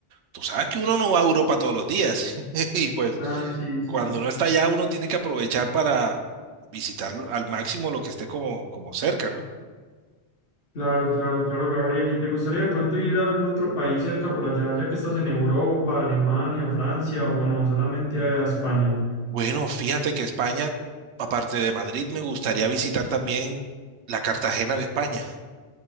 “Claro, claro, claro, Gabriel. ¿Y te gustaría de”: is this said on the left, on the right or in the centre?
Left